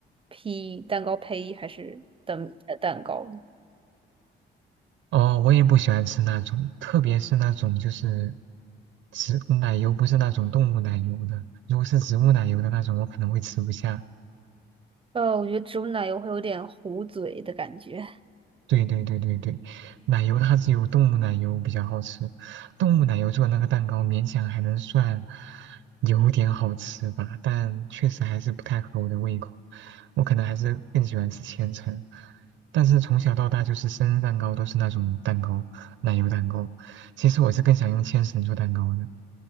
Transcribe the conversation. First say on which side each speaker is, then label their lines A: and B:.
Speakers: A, on the right; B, on the right.
A: 坯、蛋糕胚还是蛋呃蛋糕。
B: 哦，我也不喜欢吃那种，特别是那种就是植奶油，不是那种动物奶油的。如果是植物奶油的那种，我可能会吃不下。
A: 呃，我觉得植物奶油会有点糊嘴的感觉。
B: 对对对对对，奶油它只有动物奶油比较好吃，动物奶油做的那个蛋糕勉强还能算有点好吃吧，但确实还是不太合我的胃口。我可能还是更喜欢吃千层，但是从小到大就是生日蛋糕都是那种蛋糕，奶油蛋糕。其实我是更想用千层做蛋糕的。